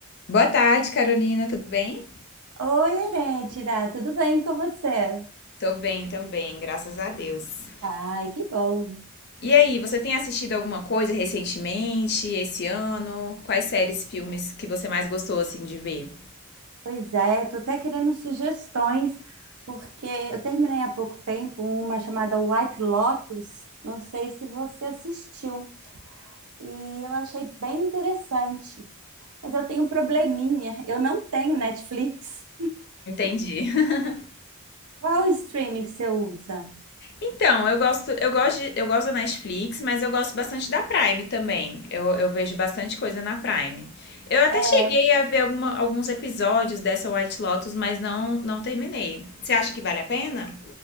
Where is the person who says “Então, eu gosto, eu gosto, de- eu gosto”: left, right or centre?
Left